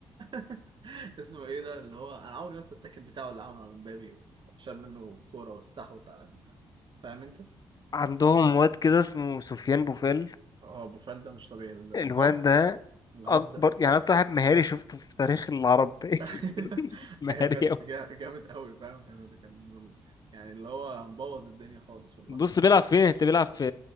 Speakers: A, on the right (about 50°); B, on the left (about 40°).
A: <laughs> اسمه ايه ده اللي هو انا عمري ما انسى التاكل بتاعه اللي عمله على مبابي شال منه كوره واستحوذ على ال- فاهم انت
B: عندهم واد كده اسمه سفيان بوفال
A: اه ابو فال ده مش طبيعي الهاف
B: الواد ده
A: الهبدة
B: اكبر يعني اكتر واحد مهاري شفته في تاريخ العرب
A: <laughs>
B: <laughs> مهاري
A: أيوة بجد
B: قوي
A: جا- جامد أوي فاهم يعني ده كان يعني اللي هو مبوظ الدنيا خالص والله
B: بص بيلعب فين اللي بيلعب في